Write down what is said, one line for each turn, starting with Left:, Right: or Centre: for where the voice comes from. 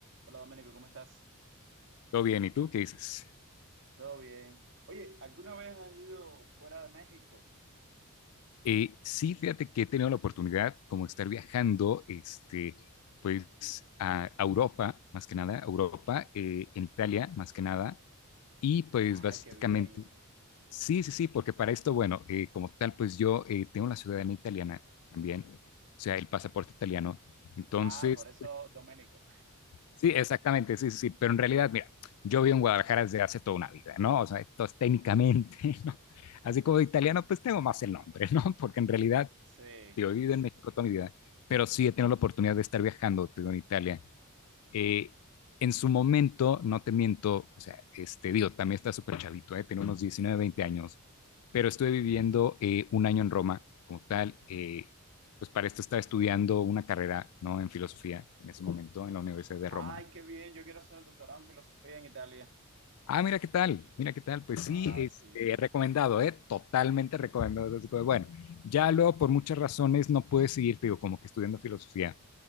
Right: Hola Doménico, ¿cómo estás?
Left: Todo bien, ¿y tú qué dices?
Right: ¿Todo bien? Oye, ¿alguna vez has ido fuera de México?
Left: Eh, sí, fíjate que he tenido la oportunidad como de estar viajando, este, pues a a Europa, más que nada, a Europa, eh, en Italia, más que nada, y pues
Right: Ay,
Left: básicamente,
Right: qué bien.
Left: sí, sí, sí, porque para esto, bueno, eh, como tal, pues yo eh, tengo la ciudadanía italiana también, o sea, el pasaporte italiano, entonces,
Right: Ah, por eso Doménico.
Left: Sí, exactamente, sí, sí, sí, pero en realidad, mira, yo vivo en Guadalajara desde hace toda una vida, ¿no? O sea, entonces técnicamente, <laughs> ¿no? Así como de italiano, pues tengo más el nombre, ¿no? <laughs> Porque en realidad,
Right: <laughs> Sí.
Left: digo, he vivido en México toda mi vida, pero sí he tenido la oportunidad de estar viajando, te digo, en Italia. Eh, en su momento, no te miento, o sea, este, digo, también está súper chavito, ¿eh? Tengo unos 19, 20 años, pero estuve viviendo eh, un año en Roma como tal, eh, pues para esto estaba estudiando una carrera, ¿no? En filosofía en ese momento en la Universidad de
Right: Ay,
Left: Roma
Right: qué bien, yo quiero hacer un doctorado en filosofía en Italia.
Left: Ah, mira qué tal, mira qué tal. Pues
Right: Ah,
Left: sí, <laughs>
Right: sí.
Left: este, recomendado, ¿eh? Totalmente recomendado. Así como, bueno, ya luego por muchas razones no pude seguir, te digo, como que estudiando filosofía,